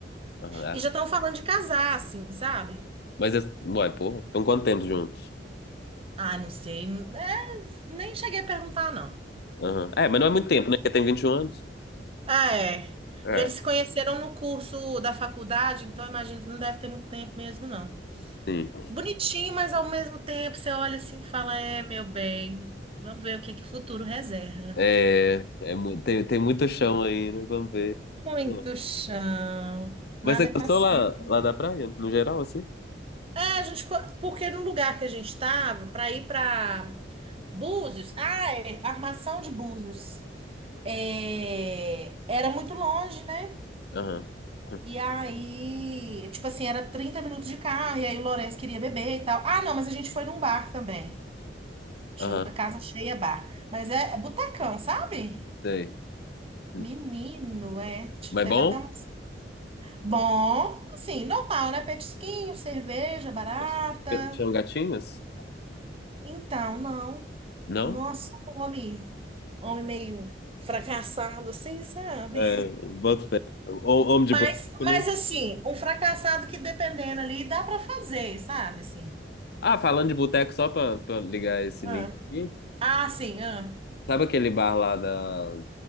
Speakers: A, on the left (about 60°); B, on the right (about 35°).
A: Aham, é.
B: e já estão falando de casar, assim, sabe?
A: Mas, esse- ué, porra. Então, quanto tempo juntos?
B: Ah, não sei, é, nem cheguei a perguntar, não.
A: Aham. É, mas não é muito tempo, né? Porque tem 21 anos.
B: Ah, é.
A: É.
B: E eles se conheceram no curso da faculdade, então eu imagino que não deve ter muito tempo mesmo, não.
A: Sim.
B: Bonitinho, mas ao mesmo tempo você olha assim e fala: É, meu bem, vamos ver o que é que o futuro reserva.
A: É, é mu- tem, tem muito chão aí, né? Vamos ver.
B: Muito
A: É.
B: chão. Nada
A: Mas você
B: é para
A: gostou
B: sempre.
A: lá, lá da praia, no geral, assim?
B: É, a gente, ficou- porque no lugar que a gente estava, para ir para Búzios, ah, é, Armação de Búzios, é, era muito longe, né?
A: Aham. Hum.
B: E aí, tipo assim, era 30 minutos de carro, e aí o Lourenço queria beber e tal. Ah, não, mas a gente foi num bar também. Chama
A: Aham.
B: Casa Cheia Bar. Mas é, é sabe?
A: Sei. Hum.
B: Menino, é. te-
A: Mas
B: Teve
A: bom?
B: até um. Bom, assim, normal, né? Petisquinho, cerveja barata.
A: Mas Tinham gatinhas?
B: Então, não.
A: Não?
B: Nossa, um homem. Homem meio fracassado, assim, sabe?
A: É, é, boto fé. Hom- Homem de
B: Mas,
A: boteco, né?
B: mas assim, um fracassado que dependendo ali, dá pra fazer, sabe? Assim.
A: Ah, falando de boteco, só pra, pra ligar esse
B: Ah,
A: link aqui.
B: ah, sim, ah.
A: Sabe aquele bar lá da,